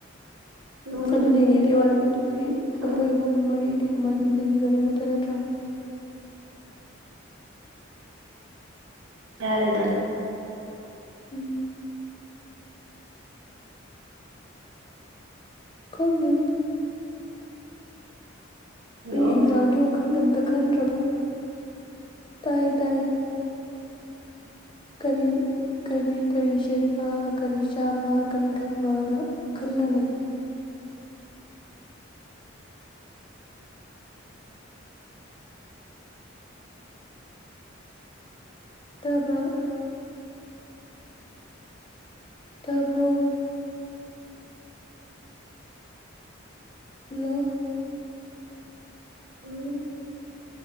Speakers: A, on the right; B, on the left.
A: ꯑꯗꯨꯝ
B: ꯑꯗꯨ ꯅꯤꯗꯤ ꯋꯥꯔꯕ ꯇꯨꯗꯤ ꯑꯩꯈꯣꯏ
A: ꯑꯗꯨꯝ
B: ꯑꯍꯨꯝ ꯃꯔꯤꯗꯤ ꯀꯃꯥꯏꯅ ꯅꯣꯝꯖꯤꯟꯅꯤꯒꯔꯤꯃꯇ ꯅꯠꯇ꯭ꯔꯣ
A: ꯌꯥꯔꯦꯗ
B: ꯎꯝ ꯈꯪꯗꯦꯗ
A: ꯍꯜꯂꯣ
B: ꯑꯩ ꯑꯦꯛꯖꯥꯝꯒꯤ ꯋꯥꯈꯜꯒ ꯑꯝꯇ ꯈꯟꯗ꯭ꯔꯕ ꯇꯥꯏ ꯇꯥꯏ ꯀꯔꯤ ꯀꯔꯤ ꯀꯔꯤ ꯁꯦꯠꯄ ꯀꯔꯤ ꯆꯥꯕ ꯀꯔꯤ ꯊꯛꯄꯅ ꯈꯜꯂ ꯂꯩꯔ ꯇꯥꯕ꯭ꯔꯣ ꯇꯥꯕ꯭ꯔꯣ ꯍꯜꯂꯣ
A: ꯎꯝ